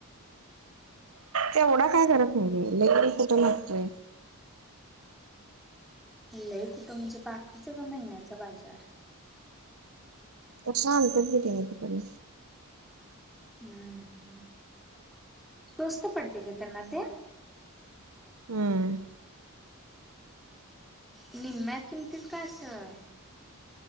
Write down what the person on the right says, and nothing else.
तेवढा काय करत नाहीे लेगन कटं लागतोय
तशा आणतात की तिने तिकडून
हम्म